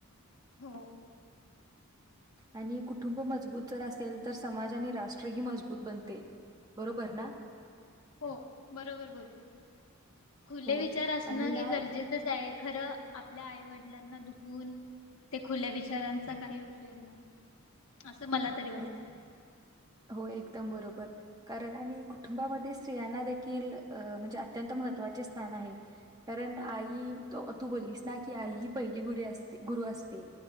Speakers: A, on the left; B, on the right.
A: हो.
B: आणि कुटुंब मजबूत जर असेल तर समाज आणि राष्ट्र ही मजबूत बनते. बरोबर ना?
A: हो. बरोबर बोली. खुले
B: हो
A: विचार असणं
B: आणि ना
A: हे गरजेचंच आहे खरं आपल्या आईवड - मुलांना दुखून ते खुले विचारांचा काही उपयोग नाही. असं मला तरी वाटतं
B: हो हो. एकदम बरोबर. कारण आणि कुटुंबामध्ये स्त्रियांना देखील अ म्हणजे अत्यंत महत्त्वाचे स्थान आहे कारण आई तू बोललीस ना की आई ही पहिली गुरी असते गुरु असते.